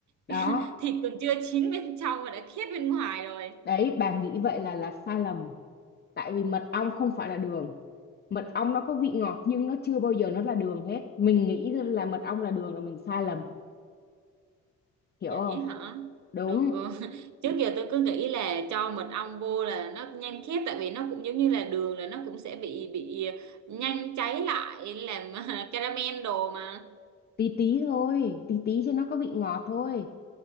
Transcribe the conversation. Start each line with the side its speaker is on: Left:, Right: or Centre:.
Left: đó
Right: <laughs> thịt còn chưa chín bên trong mà đã khét bên ngoài rồi
Left: đấy bà nghĩ vậy là là sai lầm tại vì mật ong không phải là đường mật ong nó có vị ngọt nhưng nó chưa bao giờ nó là đường hết mình nghĩ là mật ong là đường là mình sai lầm hiểu
Right: vậy
Left: không
Right: hả
Left: đúng
Right: đúng ừ. <laughs> trước giờ tôi cứ nghĩ là cho mật ong vô là nó nhanh khét tại vì nó cũng giống như là đường là nó cũng sẽ bị bị nhanh cháy lại làm <laughs> caramel đồ mà
Left: tí tí thôi tí tí cho nó có vị ngọt thôi